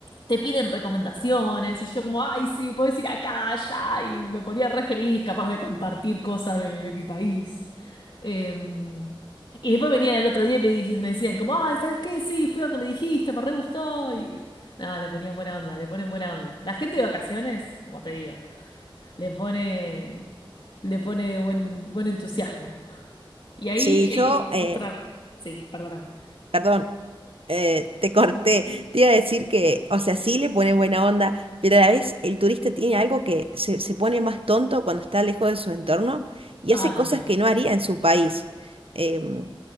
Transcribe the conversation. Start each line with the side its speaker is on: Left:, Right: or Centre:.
Left: te piden recomendaciones y yo como, ay, sí, puedes ir acá, allá, y me ponía re feliz, capaz de compartir cosas de, de mi país. Em, y después venían el otro día y me, dij- me decían como, ay, ¿sabes qué? Sí, fui a donde me dijiste, me re gustó. Y nada, le ponían buena onda, le ponen buena onda. La gente de vacaciones, como te digo, le pone, le pone buen, buen entusiasmo. Y ahí
Right: Sí,
Left: eh,
Right: yo,
Left: vos,
Right: eh,
Left: vos tra- Sí, perdóname.
Right: perdón, eh, te corté. Te iba a decir que, o sea, sí le ponen buena onda, pero a la vez el turista tiene algo que se, se pone más tonto cuando está lejos de su entorno y
Left: Ah,
Right: hace
Left: también.
Right: cosas que no haría en su país. Em,